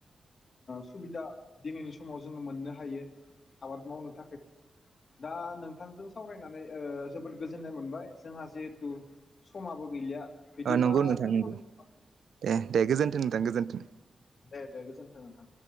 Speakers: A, on the left; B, on the right.
A: सुबिदा दिनैनि समाव जोङो मोननो हायो। आबाद मावनो थाखाय दा नोंथांजों सावरायनानै जोबोद गोजोननाय मोनबाय। जोंहा जेहुथु समाबो गैलिया बिदिब्ला
B: अ नंगौ नोंथां
A: दोनथ'नो
B: नंगौ दे दे गोजोनथों नोंथां गोजोनथों।
A: दे दे गोजोनथों नोंथां।